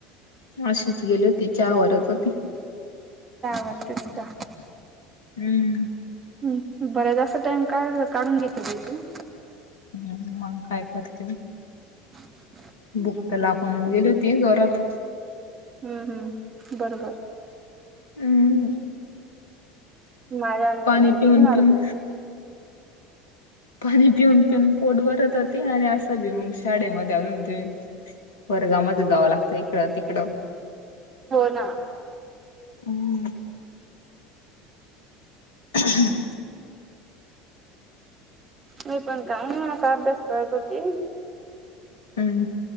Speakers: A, on the left; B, on the right.
A: अशीच गेली होती च वरच होती
B: वाटतेस का
A: हम्म
B: ह् बरंच अस टाम का काढून घेते ब तू
A: ह मग काय करते
B: हम्.
A: बुक्त लाखवून गेली ती जरात.
B: हम्म हम्म बरोबर.
A: हम्.
B: माझ्या अंत
A: पाणी
B: नाही
A: पिऊन
B: बिघणार.
A: पिऊन पाणी पिऊन पिऊन पोट भरत होती आणि असा बी मग शाळेमध्ये अलून दे. वर्गामध्ये जावं लागतं इकडं तिकडं.
B: हो ना.
A: हम्म. ह्.
B: मी पण काही आता अभ्यास करत होती.
A: हम्म.